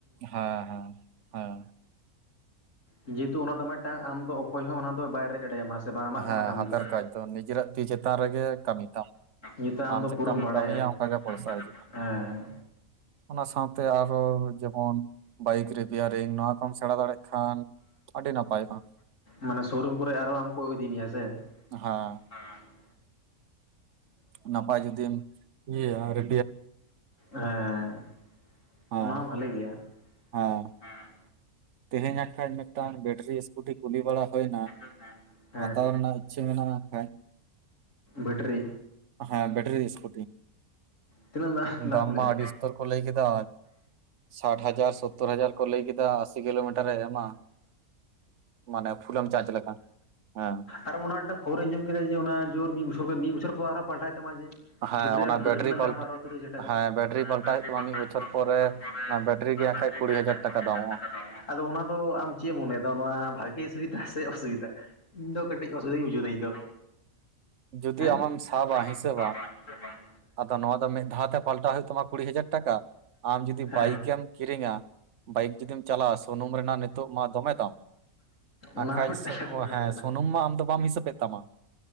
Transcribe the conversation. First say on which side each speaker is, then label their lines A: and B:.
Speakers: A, on the right (about 60°); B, on the left (about 60°).
A: ᱦᱟᱸ ᱦᱟᱸ ᱦᱟᱸ
B: ᱡᱮᱦᱮᱛᱩ ᱚᱱᱟ ᱫᱚ ᱢᱤᱫᱴᱟᱝ ᱟᱢ ᱫᱚ ᱚᱠᱚᱭ ᱦᱚᱸ ᱚᱱᱟ ᱫᱚ ᱵᱟᱭ ᱨᱮᱡ ᱫᱟᱲᱮᱭᱟᱢᱟ ᱥᱮ ᱵᱟᱝ ᱟᱢᱟᱜ
A: ᱦᱮᱸ
B: ᱚᱱᱟ ᱠᱟᱹᱢᱤ
A: ᱦᱟᱛᱮᱨ
B: ᱫᱚ
A: ᱠᱟᱡ ᱱᱤᱡᱮᱨᱟᱜ ᱛᱤ ᱪᱮᱛᱟᱱ ᱨᱮᱜᱮ ᱠᱟᱹᱢᱤ ᱛᱟᱢ
B: ᱱᱤᱛᱚᱜ ᱟᱢ ᱫᱚ
A: ᱪᱮᱫᱠᱟᱢ
B: ᱯᱩᱨᱟᱹᱢ ᱵᱟᱲᱟᱭᱟ
A: ᱠᱟᱹᱢᱤᱭᱟ ᱚᱱᱠᱟᱜᱮ ᱯᱚᱭᱥᱟ
B: ᱦᱮᱸ
A: ᱦᱤᱡᱩᱜᱼᱟ ᱚᱱᱟ ᱥᱟᱶᱛᱮ ᱛᱮ ᱟᱨᱦᱚᱸ ᱡᱮᱢᱚᱱ ᱵᱟᱭᱤᱠ ᱨᱤᱯᱮᱤᱭᱟᱨᱤᱝ ᱱᱚᱣᱟ ᱠᱚᱢ ᱥᱮᱬᱟ ᱫᱟᱲᱮᱜ ᱠᱷᱟᱱ ᱟᱹᱰᱤ ᱱᱟᱯᱟᱭᱚᱜᱼᱟ
B: ᱢᱟᱱᱮ ᱥᱳᱨᱩᱢ ᱠᱚᱨᱮ ᱟᱨᱦᱚᱸ ᱟᱢ ᱠᱚ ᱤᱫᱤ ᱢᱮᱭᱟ ᱥᱮ
A: ᱦᱟᱸ
B: ᱦᱮᱸ <unintelligible>
A: ᱱᱟᱯᱟᱭ ᱡᱩᱫᱤᱢ ᱤᱭᱟᱹᱭᱟ ᱨᱤ
B: ᱦᱮᱸ
A: ᱦᱮᱸ
B: ᱚᱱᱟ ᱦᱚᱸ ᱵᱷᱟᱞᱤ ᱜᱮᱭᱟ
A: ᱦᱮᱸ
B: ᱦᱮᱸ
A: ᱛᱮᱦᱮᱧ ᱟᱠᱷᱟᱡ ᱢᱤᱫᱴᱟᱝ ᱵᱮᱴᱨᱤ ᱥᱠᱩᱴᱤ ᱠᱩᱞᱤ ᱵᱟᱲᱟ ᱦᱩᱭᱱᱟ᱾
B: <inaudible>
A: ᱦᱟᱛᱟᱣ ᱨᱮᱱᱟᱜ ᱤᱪᱪᱷᱟᱹ ᱢᱮᱱᱟᱜᱼᱟ ᱟᱠᱷᱟᱡ᱾
B: ᱵᱮᱴᱨᱤ
A: ᱦᱮᱸ ᱵᱮᱴᱨᱤ ᱥᱤᱥᱠᱩᱴᱤ
B: ᱛᱤᱱᱟᱹᱜ
A: ᱫᱟᱢ
B: ᱠᱚ
A: ᱢᱟ
B: ᱞᱟᱹᱭᱟ
A: ᱟᱹᱰᱤ ᱩᱥᱛᱟᱹᱨ ᱠᱚ ᱞᱟᱹᱭ ᱠᱮᱫᱟ᱾ ᱥᱟᱴ ᱦᱟᱡᱟᱨ ᱥᱳᱛᱛᱚᱨ ᱦᱟᱡᱟᱨ ᱠᱚ ᱞᱟᱹᱭ ᱠᱮᱫᱟ᱾ ᱠᱤᱞᱳᱢᱤᱴᱟᱨ ᱨᱮ ᱮᱢᱟ ᱢᱟᱱᱮ ᱯᱷᱩᱞᱮᱢ ᱪᱟᱸᱡ ᱞᱮᱠᱷᱟᱱ ᱦᱮᱸ᱾
B: ᱟᱨᱚ ᱚᱱᱟ ᱢᱤᱫᱴᱟᱝ ᱠᱷᱚᱵᱚᱨᱤᱧᱡᱚᱢ ᱠᱮᱫᱟ ᱡᱮ, ᱚᱱᱟ ᱡᱚᱨ ᱢᱤᱫ ᱵᱚᱪᱷᱚᱨ ᱜᱮ ᱢᱤᱫ ᱵᱚᱪᱷᱚᱨ ᱯᱚᱨ ᱟᱨᱦᱚ ᱯᱟᱞᱴᱟᱭ ᱛᱟᱢᱟ ᱡᱮ
A: ᱦᱮᱸ
B: ᱵᱮᱴᱨᱤ
A: ᱚᱱᱟ
B: ᱟᱨᱚ ᱵᱮᱴᱨᱤ ᱨᱮᱱᱟᱜ
A: ᱯᱟᱞᱴᱟ
B: ᱫᱟᱢ ᱟᱨᱦᱚ ᱛᱤᱱᱟᱹᱜ ᱥᱮᱴᱮᱨᱟ
A: ᱦᱮᱸ
B: <unintelligible>
A: ᱵᱮᱴᱨᱤ
B: <unintelligible>
A: ᱯᱟᱞᱴᱟᱣ ᱦᱩᱭᱩᱜ ᱛᱟᱢᱟ ᱢᱤᱫ ᱵᱚᱪᱷᱚᱨ ᱯᱚᱨᱮ ᱚᱱᱟ ᱵᱮᱴᱨᱤ ᱜᱮ ᱦᱟᱸᱜ ᱠᱷᱟᱡ ᱠᱩᱲᱤ ᱦᱟᱡᱟᱨ ᱴᱟᱠᱟ ᱫᱟᱢᱚᱜᱼᱟ
B: ᱟᱫᱚ ᱚᱱᱟ ᱫᱚ ᱟᱢ ᱪᱮᱢ ᱢᱚᱱᱮᱭᱫᱟ ᱱᱚᱣᱟ ᱵᱷᱟᱜᱤ ᱥᱩᱵᱤᱫᱷᱟ ᱥᱮ ᱚᱥᱩᱵᱤᱫᱷᱟ? ᱤᱧ ᱫᱚ ᱠᱟᱹᱴᱤᱡ ᱚᱥᱩᱵᱤᱫᱷᱟᱧ ᱵᱩᱡᱷᱟᱹᱣ ᱫᱟ ᱤᱧ ᱫᱚ᱾
A: ᱡᱩᱫᱤ
B: ᱦᱮᱸ
A: ᱟᱢᱟᱢ ᱥᱟᱵᱼᱟ ᱦᱤᱥᱟᱹᱵ
B: ᱦᱮᱸ ᱵᱟᱝ ᱪᱚ ᱵᱟᱝ᱾
A: ᱟᱫᱚ ᱱᱚᱣᱟ ᱫᱚ ᱢᱤᱫ ᱫᱷᱟᱣ ᱛᱮ ᱯᱟᱞᱴᱟᱣ ᱦᱩᱭᱩᱜ ᱛᱟᱢᱟ ᱠᱩᱲᱤ ᱦᱟᱡᱟᱨ ᱴᱟᱠᱟ᱾ ᱟᱢ ᱡᱩᱫᱤ
B: ᱦᱮᱸ
A: ᱵᱟᱭᱤᱠᱮᱢ ᱠᱤᱨᱤᱧᱟ᱾ ᱵᱟᱭᱤᱠ ᱡᱩᱫᱤᱢ ᱪᱟᱞᱟᱣᱼᱟ ᱥᱩᱱᱩᱢ ᱨᱮᱱᱟᱜ ᱱᱤᱛᱚᱜ ᱢᱟ ᱫᱚᱢᱮ ᱫᱟᱢ᱾
B: ᱚᱱᱟ
A: ᱟᱠᱷᱟᱡ
B: ᱦᱚᱸ
A: ᱥᱩ
B: ᱥᱟᱛᱟᱢ ᱠᱟᱛᱷᱟ
A: ᱦᱮᱸ
B: ᱠᱟᱱᱟ
A: ᱥᱩᱱᱩᱢ ᱢᱟ ᱟᱢ ᱫᱚ ᱵᱟᱢ ᱦᱤᱥᱟᱹᱵᱮᱫ ᱛᱟᱢᱟ᱾